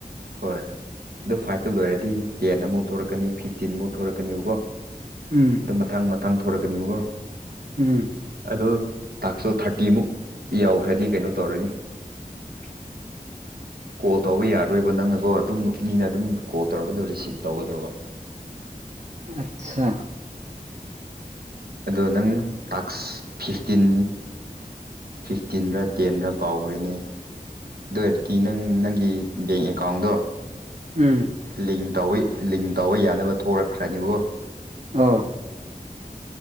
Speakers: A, on the right; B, on the right.
A: ꯍꯣꯏ ꯑꯗꯨ ꯐꯥꯏꯚꯇꯨ ꯂꯣꯏꯔꯗꯤ ꯇꯦꯟ ꯑꯃꯨꯛ ꯊꯣꯔꯛꯀꯅꯤ ꯐꯤꯐꯇꯤꯟ ꯑꯃꯨꯛ ꯊꯣꯔꯛꯀꯅꯤꯕꯀꯣ
B: ꯎꯝ
A: ꯑ ꯃꯇꯥꯡ ꯃꯇꯥꯡ ꯊꯣꯔꯛꯀꯅꯤꯕꯀꯣ
B: ꯎꯝ
A: ꯑ ꯇꯥꯛꯁꯨ ꯊꯥꯔꯇꯤꯃꯨꯛ ꯌꯥꯎꯈ꯭ꯔꯗꯤ ꯀꯩꯅꯣ ꯇꯧꯔꯅꯤ
B: <unintelligible>
A: ꯀꯣꯜ ꯇꯧꯕ ꯌꯥꯔꯔꯣꯏꯕ ꯅꯪꯅꯒꯣ ꯑꯗꯨꯝ ꯃꯤꯅ ꯑꯗꯨꯝ ꯀꯣꯜ ꯇꯧꯔꯛꯀꯗꯣ ꯔꯤꯁꯤꯞ ꯇꯧꯒꯗꯕ
B: ꯑꯆꯥ
A: ꯑꯗꯣ ꯅꯪ ꯇꯥꯛꯁ ꯐꯤꯐꯇꯤꯟ ꯐꯤꯐꯇꯤꯟꯗ ꯇꯦꯟꯗ ꯀꯥꯎꯈ꯭ꯔꯤꯅꯦ ꯑꯗꯨ ꯑꯣꯏꯔꯗꯤ ꯅꯪ ꯅꯪꯒꯤ ꯕꯦꯡ ꯑꯦꯀꯥꯎꯟꯗꯣ
B: ꯎꯝ
A: ꯂ ꯇꯧꯕ ꯂꯤꯡ ꯇꯧꯕ ꯌꯥꯅꯕ ꯊꯣꯛꯣꯔꯛꯈ꯭ꯔꯅꯤꯕꯣ
B: ꯑꯥ